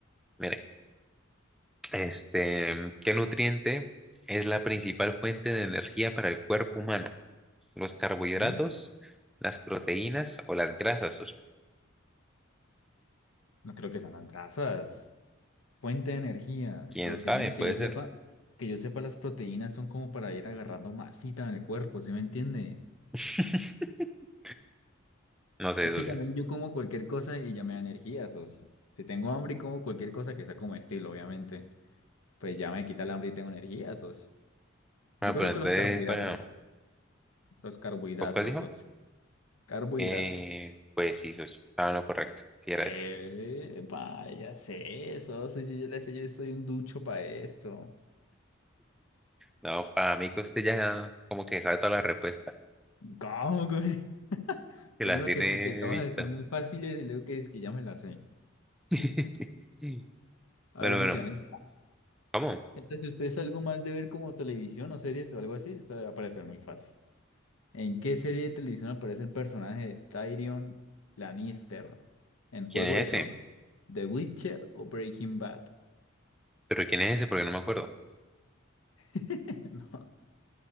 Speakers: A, in the centre; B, on the left.
A: Mire, este, ¿qué nutriente es la principal fuente de energía para el cuerpo humano? ¿Los carbohidratos,
B: ¿Mm?
A: las proteínas o las grasas, socio?
B: No creo que sean las grasas. Fuente de energía,
A: ¿Quién
B: proteínas,
A: sabe? Puede
B: que yo sepa,
A: ser.
B: que yo sepa, las proteínas son como para ir agarrando masita en el cuerpo, ¿sí me entiende?
A: <laughs> No sé,
B: Es
A: socio.
B: que también yo como cualquier cosa y ya me da energía, socio. Si tengo hambre y como cualquier cosa que sea como estilo, obviamente. Pues ya me quita el hambre y tengo energía, socio. Yo
A: Ah,
B: creo
A: pero entonces,
B: que los carbohidratos,
A: bueno,
B: los carbohidratos,
A: ¿pues ¿cuál dijo?
B: socio. Carbohidratos.
A: Eh, pues sí, socio, estaba en lo correcto, si era
B: Eh,
A: ese.
B: ya sé, socio, yo ya le sé, yo soy un ducho para esto.
A: No, para mí que usted ya como que sabe toda la respuesta,
B: ¿Cómo que- <laughs>
A: que
B: Primero
A: las tiene
B: que porque todas
A: vistas.
B: están muy fáciles y luego que es que ya me las sé.
A: <laughs>
B: A
A: Bueno,
B: ver,
A: bueno,
B: socio, ¿eh?
A: ¿cómo?
B: Esta, si usted es algo más de ver como televisión o series o algo así, esta le va a parecer muy fácil. ¿En qué serie de televisión aparece el personaje de Tyrion Lannister? ¿En
A: ¿Quién
B: Juego
A: es
B: de Tronos,
A: ese?
B: The Witcher o Breaking Bad?
A: ¿Pero quién es ese? Porque no me acuerdo.
B: <laughs> No.